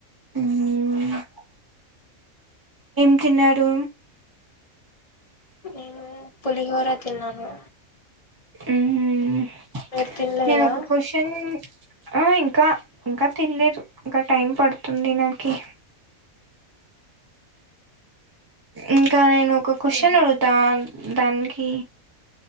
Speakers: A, on the right; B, on the left.
A: మ్మ్ తిన్నాడు
B: నేను పులిహోరా తిన్నాను
A: హమ్
B: మీరు తినలేదా
A: నేను ఒక క్యూస్షన్ ఆ ఇంకా ఇంకా తినలేదు ఇంకా టైం పడుతుంది నాకి ఇంకా నేను ఒక క్వశ్చన్ అడుగుతా దానికి